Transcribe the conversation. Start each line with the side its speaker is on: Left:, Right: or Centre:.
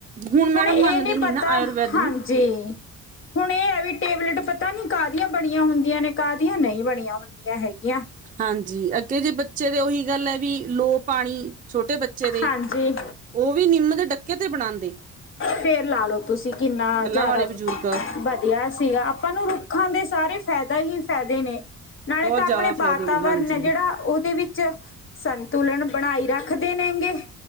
Right: ਹੁਣ ਮੈਡਮ
Left: ਹੁਨ ਏਹ
Right: ਮੰਨਦੇ
Left: ਨਈ
Right: ਨੀ
Left: ਪਤਾ
Right: ਨਾ ਆਯੁਰਵੈਦ
Left: ਹਾਂਜੀ।
Right: ਨੂੰ
Left: ਹੁਨ ਏ ਹੈ ਵੀ, ਟੇਬਲੇਟ ਪਤਾ ਨੀ ਕਾਹਦੀਆਂ ਬਨੀਆਂ ਹੁੰਦੀਆਂ ਨੇ, ਕਾਹਦੀਆਂ ਨਈ ਬਨੀਆਂ ਹੁੰਦੀਆਂ ਹੈਗੀਆਂ।
Right: ਹਾਂਜੀ, ਅੱਗੇ ਜੇ ਬੱਚੇ ਦੇ ੳਹੀ ਗੱਲ ਏ ਵੀ, ਲੋ ਪਾਨੀ ਛੋਟੇ ਬੱਚੇ ਦੇ
Left: ਹਾਂਜੀ।
Right: ੳ ਵੀ ਨਿੰਮ ਦੇ ਡੱਕੇ ਤੇ ਬਨਾਂਦੇ।
Left: ਫੇਰ ਲਾ ਲੋ ਤੁਸੀਂ ਕਿੰਨਾ ਜਾਦਾ
Right: ਵਾਲੇ ਬਜ਼ੁਰਗ
Left: ਵਧੀਆ ਸੀਗਾ। ਆਪਾਂ ਨੂੰ ਰੁੱਖਾਂ ਦੇ ਸਾਰੇ ਫੈਦਾ ਹੀ ਫੈਦੇ ਨੇ। ਨਾਲੇ
Right: ਬਹੁਤ
Left: ਤਾਂ
Right: ਜ਼ਿਆਦਾ
Left: ਅਪਨੇ ਵਾਤਾਵਰਨ
Right: ਫਾਇਦੇ ਨੇ ਹਾਂਜੀ
Left: ਹੈ ਜੇੜਾ ੳਹਦੇ ਵਿੱਚ ਸੰਤੁਲਨ ਬਨਾਈ ਰੱਖਦੇ ਨੇਂ ਗੇ।